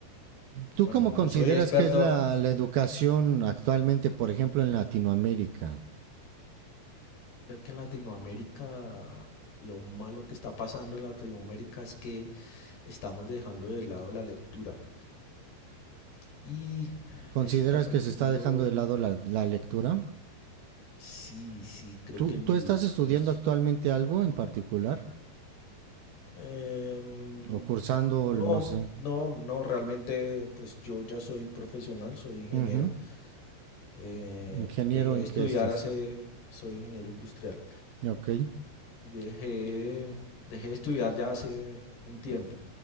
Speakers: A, on the right (about 70°); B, on the left (about 60°).
A: ¿Tú
B: Bueno,
A: cómo
B: no
A: consideras
B: soy experto.
A: que es la, la educación actualmente, por ejemplo, en Latinoamérica?
B: Creo que en Latinoamérica lo malo que está pasando en Latinoamérica es que estamos dejando de lado la lectura. Y
A: ¿Consideras
B: eso está permitiendo,
A: que se está dejando de lado la, la lectura?
B: sí, sí, creo
A: ¿Tú,
B: que el-
A: tú estás estudiando
B: los...
A: actualmente algo en particular?
B: em,
A: ¿O cursando,
B: no,
A: no sé?
B: no, no, realmente pues yo ya soy profesional, soy ingeniero.
A: Ujú,
B: eh,
A: ¿Ingeniero
B: dejé de
A: en
B: estudiar
A: qué estás?
B: hace, soy ingeniero industrial.
A: Ok,
B: Y dejé, dejé de estudiar ya hace un tiempo.